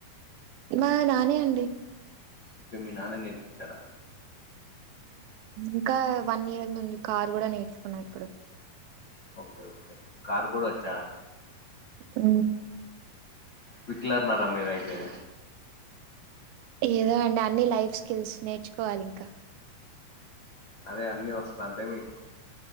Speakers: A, on the right (about 85°); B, on the left (about 60°).
A: మా నానే అండి
B: ఐతే మీ నాన్న నేర్పించారా
A: ఇంకా వన్ ఇయర్ ముందు కార్ కూడా నేర్చుకున్నా ఇప్పుడు
B: ఓకే ఓకే కార్ కూడా వచ్చా
A: ఉ
B: హిట్లర్ నా మీరైతె
A: ఏదో అండి అన్ని లైఫ్ స్కిల్స్ నేర్చుకోవాలి ఇంకా
B: అదే అన్ని వస్తా అంటే మీకు